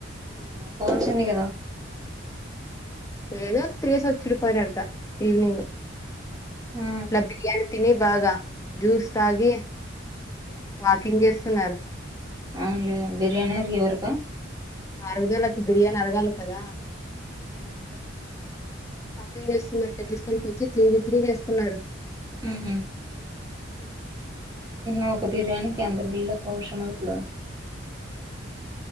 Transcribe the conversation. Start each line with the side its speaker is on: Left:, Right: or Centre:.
Right: ఆ పోవాల్సింది కదా
Left: ఏదో తిరిగేసి వచ్చిర్రు పోయినారు అట ఈవినింగ్
Right: ఆ
Left: ఇట్లా బిర్యానీ తిని బాగా జ్యూస్
Right: హ్మ్
Left: తాగి
Right: ఆ
Left: వాకింగ్ చేస్తున్నారు
Right: అవునులే బిర్యానీ రివరుకో
Left: అరగుదలకి బిర్యానీ అరగాలి కదా
Right: అవును అవునులే
Left: వాకింగ్ చేస్తున్నారు టెర్రస్ పైకెక్కి తిరిగి తిరిగి వస్తున్నారు
Right: ఊహూ
Left: ఊ
Right: తిన్న ఒక బిర్యానీకి అంత బిల్డప్ అవసరమా ఇప్పుడు